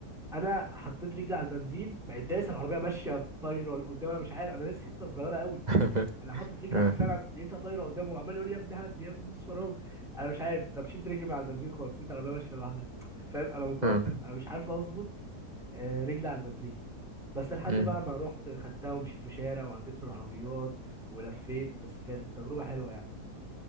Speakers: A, in the centre; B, on the right.
A: انا حطيت رجلي على البنزين بقت دايس العربيه ماشيه طايره لقدام انا مش عارف انا دايس حته صغيره قوي
B: <laughs>
A: انا حاطط رجلي
B: اه
A: حرفيا على- لقيتها طايره قدامه وعمال يقول لي يا ابني هدي يا ابني دوس فرامل انا مش عارف طب شلت رجلي من على البنزين خالص لقيت العربيه ماشيه لوحدها فاهم انا متوتر
B: اه
A: انا مش عارف اظبط آه، رجلي على البنزين بس لحد
B: أمم.
A: بقى ما رحت خدتها ومشيت في شارع وعديت من العربيات ولفيت بس كانت تجربه حلوه يعني